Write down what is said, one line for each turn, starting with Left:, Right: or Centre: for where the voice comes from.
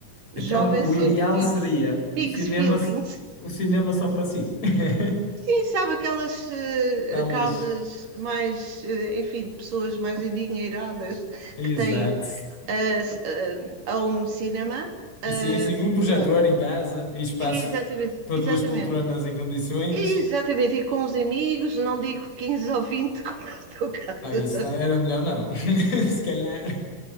Right: jovem,
Left: Então, o
Right: sempre
Left: ideal
Right: tive
Left: seria
Right: mixed
Left: o cinema,
Right: feelings.
Left: o cinema só para si. <laughs>
Right: Sim, sabe aquelas uh,
Left: Salas.
Right: casas mais, uh, enfim, de pessoas mais endinheiradas
Left: Exato.
Right: que têm uh, a um cinema. Uh,
Left: Sim, sim, um projetor
Right: pronto,
Left: em casa e espaço
Right: exatamente,
Left: para
Right: exatamente.
Left: duas poltronas em condições.
Right: Exatamente, e com os amigos, não digo 15 ou 20 como é o teu caso,
Left: Ah, isso tá- era melhor não. <laughs> Se calhar.